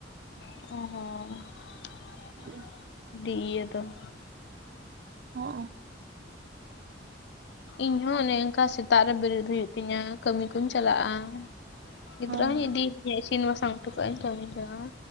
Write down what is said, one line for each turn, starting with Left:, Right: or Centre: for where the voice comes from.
Left: ᱚᱸ ᱾
Right: ᱦᱩᱸ ᱾
Left: ᱰᱤ ᱤᱭᱟᱹ ᱫᱚ ᱾
Right: ᱦᱚᱸᱜ ᱾
Left: ᱤᱧ ᱦᱚᱸ ᱚᱱᱮ ᱚᱱᱠᱟ ᱥᱮᱛᱟᱜ ᱨᱮ ᱵᱤᱨᱤᱫ ᱦᱩᱭᱩᱜ ᱛᱤᱧᱟ ᱠᱟᱹᱢᱤ ᱠᱩᱧ ᱪᱟᱞᱟᱜ-ᱟ ᱾ ᱜᱤᱫᱽᱨᱟᱹᱧ
Right: ᱦᱚᱸ
Left: ᱦᱩᱧ ᱤᱫᱤᱭᱮ ᱛᱤᱧᱟᱹ ᱤᱥᱤᱱ ᱵᱟᱥᱟᱝ ᱩᱴᱩ ᱠᱟᱜ ᱤᱧ ᱠᱟᱹᱢᱤᱧ ᱪᱟᱞᱟᱜ-ᱟ